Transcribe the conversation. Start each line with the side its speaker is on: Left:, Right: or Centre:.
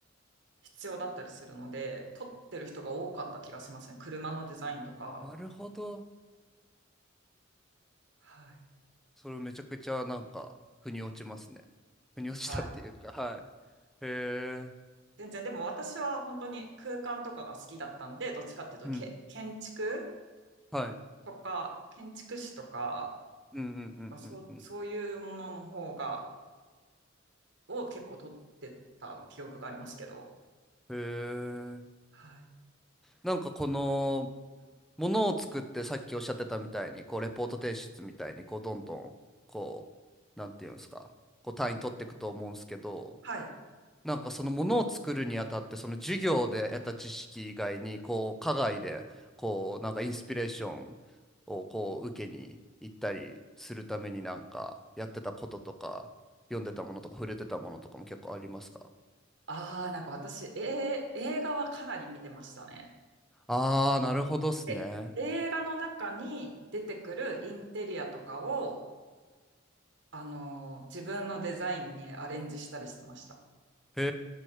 Right: 必要だったりするので、取ってる人が多かった気がしますね。車のデザインとか。
Centre: なるほど
Right: はい。
Centre: それめちゃくちゃなんか腑に落ちますね腑に落ちたっていうかはいへ
Right: はい。
Centre: え
Right: 全然、でも私は本当に空間とかが好きだったんで、どっちかっていうと、
Centre: うん
Right: け、建築
Centre: はい
Right: とか、建築士とか、
Centre: うんうんうんうん
Right: そう、そういうものの方が、を結構取ってた記憶がありますけど。
Centre: うんへえ
Right: はい。
Centre: なんかこのものを作ってさっきおっしゃってたみたいにこうレポート提出みたいにこうどんどんこうなんていうんですかこう単位取っていくと思うんですけど
Right: はい。
Centre: なんかそのものを作るにあたってその授業で得た知識以外にこう課外でこうなんかインスピレーションをこう受けに行ったりするためになんかやってたこととか読んでたものとか触れてたものとかも結構ありますか
Right: ああ、なんか私、えー映画はかなり見てましたね。
Centre: ああーなるほどっすね。
Right: で映画の中に出てくるインテリアとかを、あのー自分のデザインにアレンジしたりしてました。
Centre: へ